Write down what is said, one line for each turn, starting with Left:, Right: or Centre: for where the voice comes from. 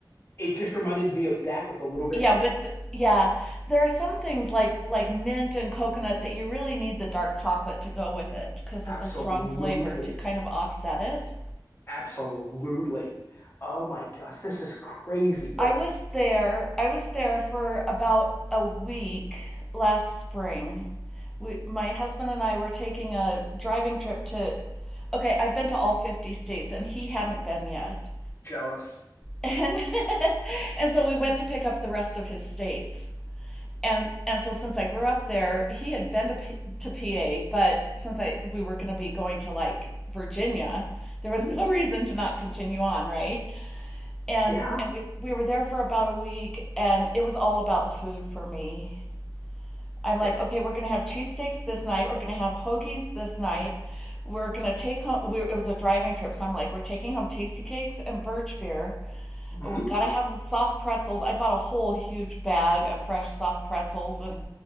Left: It just reminded me of that with a little bit
Centre: Yeah,
Left: of cake.
Centre: with yeah. There are some things like like mint and coconut that you really need the dark chocolate to go with it because
Left: Absolutely.
Centre: of the strong flavor to kind of offset it.
Left: Absolutely. Oh my gosh, this is crazy, but
Centre: I was there. I was there for about a week last spring. We, my husband and I were taking a driving trip to. Okay, I've been to all fifty states, and he hadn't been yet.
Left: jealous.
Centre: And <laughs> and so we went to pick up the rest of his states. And and so since I grew up there, he had been to to PA, but since I we were going to be going to like Virginia, there was no <laughs> reason to not continue on, right? and
Left: Yeah.
Centre: and we we were there for about a week and it was all about the food for me i'm like
Left: Okay.
Centre: okay we're going to have cheesesteaks this night we're going to have hoagies this night we're going to take home we, it was a driving trip so i'm like we're taking home tasty cakes and birch beer
Left: hmm
Centre: we got to have the soft pretzels i bought a whole huge bag of fresh soft pretzels and